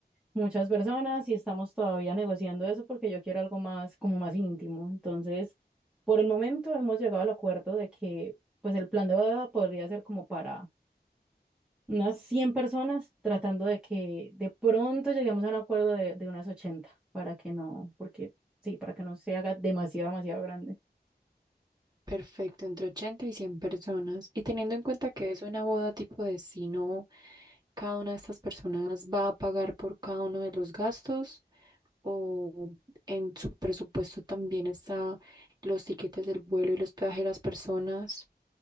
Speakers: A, in the centre; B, on the right (about 25°).
A: muchas personas y estamos todavía negociando eso porque yo quiero algo más, como más íntimo. Entonces, por el momento hemos llegado al acuerdo de que pues el plan de boda podría ser como para unas 100 personas, tratando de que de pronto lleguemos a un acuerdo de, de unas 80 para que no, porque sí, para que no se haga demasiado, demasiado grande.
B: Perfecto, entre ochenta y 100 personas. Y teniendo en cuenta que es una boda tipo de si no cada una de estas personas va a pagar por cada uno de los gastos o en su presupuesto también está los tiquetes del vuelo y los peajes de las personas.